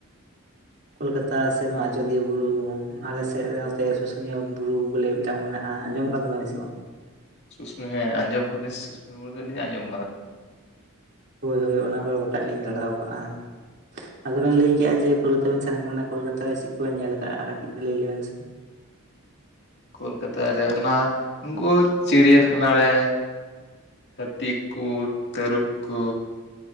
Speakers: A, on the right (about 55°); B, on the left (about 55°).
A: ᱠᱳᱞᱠᱟᱛᱟ ᱥᱮ ᱱᱚᱣᱟ ᱟᱡᱚᱫᱤᱭᱟᱹ ᱵᱩᱨᱩ ᱟᱞᱮ ᱥᱮᱜ ᱱᱚᱛᱮ ᱥᱩᱥᱩᱱᱤᱭᱟᱹ ᱵᱩᱨᱩ ᱵᱚᱞᱮ ᱢᱤᱫᱴᱟᱝ ᱢᱮᱱᱟᱜᱼᱟ᱾ ᱟᱸᱡᱚᱢ ᱠᱟᱫᱟ ᱵᱮᱱ ᱥᱮ ᱵᱟᱝ?
B: <unintelligible> ᱦᱮᱸ ᱟᱸᱡᱚᱢ ᱠᱟᱫᱟᱹᱧ ᱥᱩᱥᱥᱩᱱᱤ ᱵᱩᱨᱩ ᱫᱚᱞᱤᱧ ᱟᱸᱡᱚᱢ ᱠᱟᱫᱟ᱾
A: ᱦᱳᱭ ᱦᱳᱭ ᱚᱱᱟ ᱠᱚᱫᱚ ᱜᱚᱴᱟᱜ ᱞᱤᱧ ᱫᱟᱬᱟᱣ ᱠᱟᱜᱼᱟ ᱦᱟᱸᱜ᱾ ᱟᱫᱚ ᱵᱮᱱ ᱞᱟᱹᱭ ᱠᱮᱜᱼᱟ ᱡᱮ ᱠᱳᱞᱠᱟᱛᱟ ᱵᱮᱱ ᱥᱮᱱ ᱠᱟᱱᱟ ᱠᱳᱞᱠᱟᱛᱟ ᱨᱮ ᱪᱮᱜ ᱠᱚᱵᱮᱱ ᱧᱮᱞ ᱠᱟᱜᱼᱟ ᱠᱟᱹᱴᱤᱡ ᱞᱟᱹᱭ ᱞᱮᱵᱮᱱ ᱥᱮ?
B: ᱠᱳᱞᱠᱟᱛᱟ ᱨᱮ ᱚᱱᱟ ᱩᱝᱠᱩ ᱪᱤᱲᱤᱭᱟ ᱠᱷᱟᱱᱟ ᱨᱮ ᱦᱟᱹᱛᱤ ᱠᱚ, ᱛᱟᱹᱨᱩᱵ ᱠᱚ᱾